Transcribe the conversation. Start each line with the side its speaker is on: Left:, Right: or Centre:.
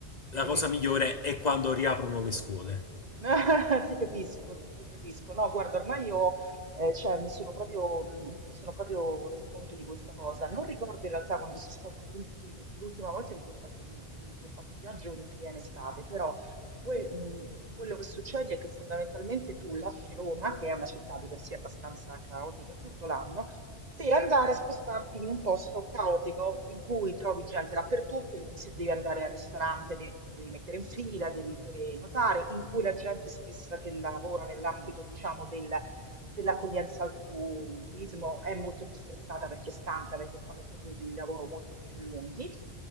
Right: Ti
Left: La
Right: capisco,
Left: cosa migliore
Right: ti capisco.
Left: è quando riaprono le scuole.
Right: <laughs> Ti capisco, ti capisco. No, guarda, ormai io eh, cioè, mi sono proprio, mm, mi sono proprio resa conto di questa cosa. Non ricordo in realtà quando sia stato l'ultim- l'ultima volta in cui ho fatto un, in cui ho fatto un viaggio in piena estate, però que- mm, quello che succede è che fondamentalmente tu lasci Roma, che è una città di per sé abbastanza caotica tutto l'anno, per andare a spostarti in un posto caotico in cui trovi gente dappertutto, in cui se devi andare al ristorante de- ti devi mettere in fila, devi prenotare, in cui la gente stessa che lavora nell'ambito, diciamo, del- dell'accoglienza al turismo è molto più stressata perché è stanca, perché fanno turni di lavoro molto più lunghi.